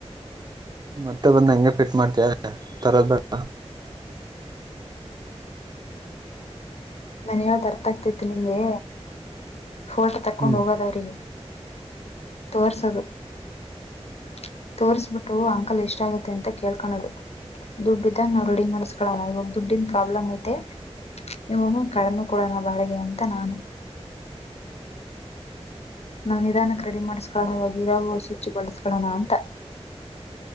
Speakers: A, on the right (about 40°); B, on the left (about 70°).
A: ಮತ್ತೆ ಬಂದ ಹಂಗೆ ಪಿಟ್ ಮಾಡ್ತ ತರೋದ ಬೇಡ.
B: ನಾನ ಹೇಳದು ಅರ್ಥ ಆಗ್ತತಿ ನಿಂಗೆ ಫೋಟೋ ತಕೊಂಡ್
A: ಹ್ಮ್
B: ಹೋಗೋದವ್ರಿಗೆ. ತೋಸದು <inaudible> ತೋರಿಸ್ಬಿಟ್ಟು ಅಂಕಲ್ ಎಷ್ಟಗುತ್ತೆ. ಅಂತ ಕೇಳ್ಕಳೋದು ದುಡ್ಡಿದಾಗ ನಾವು ರೆಡಿ ಮಾಡಸ್ಕೊಳ <inaudible> ನಬ್ ದುಡ್ಡಿನ ಪ್ರಾಬ್ಲಮ್ ಐತೆ ನಿಮ್ಮೊಮ್ಮ ಕಡಿಮೆ ಕೂಡೋಣ ಬಾಡಿಗೆ ಅಂತ ನಾನು. ನಾನು ನಿಧಾನ ಕ ರೆಡಿ ಮಾಡ್ಸ್ಕೊಳ್ಳೋಣ ಇವಾಗ ಇರೋ ಸುಚ್ಛಬಳಿಸ್ಕೊಳ್ಳೋಣ ಅಂತ.